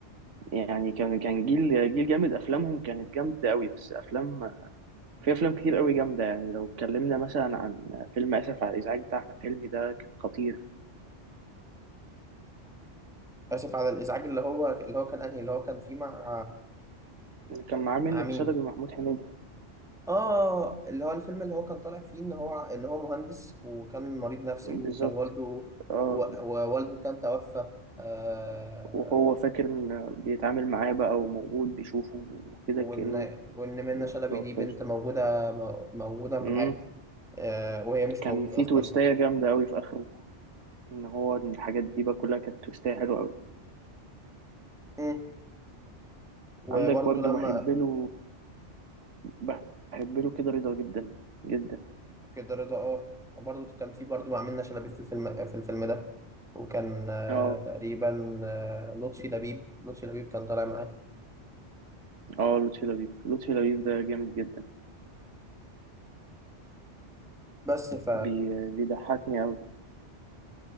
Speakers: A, on the right; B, in the centre.
A: يعني كان كان جيل جيل جامد افلامهم كانت جامده قوي بس افلام في افلام كتير قوي جامده يعني لو اتكلمنا مثلا عن فيلم اسف على الازعاج بتاع احمد حلمي ده كان خطير
B: آسف على الإزعاج اللي هو اللي هو كان أنهي اللي هو كان فيه مع
A: كان معاه منة
B: مع مين؟
A: شلبي ومحمود حميدة
B: آه اللي هو الفيلم اللي هو كان طالع فيه إن هو إن هو مهندس وكان مريض نفسي
A: بالظبط
B: وكان والده و...
A: اه
B: ووالده كان توفى آه
A: وهو فاكر ان بيتعامل معاه بقى وموجود بيشوفه وكده
B: وإن
A: كأنه
B: وإن منة
A: ما
B: شلبي
A: توفاش
B: دي بنت موجودة مو- موجودة معاك
A: مم.
B: آه، وهي مش
A: كان
B: موجودة
A: في
B: أصلا
A: تويستاية جامدة أوي في آخره ان هو إن الحاجات دي بقى كلها كانت توستاية حلوة قوي
B: مم. وبرضو
A: عندك برضو
B: لما
A: بحب له بحب له كده رضا جدا جدا
B: كده رضا اه برضو كان في برضو مع منة شلبي في الفيلم في الفيلم ده وكان آه،
A: اه
B: تقريبا آه، لطفي لبيب لطفي لبيب كان طالع معاه
A: اه لطفي لبيب لطفي لبيب ده جامد جدا
B: بس ف
A: بي... بيضحكني قوي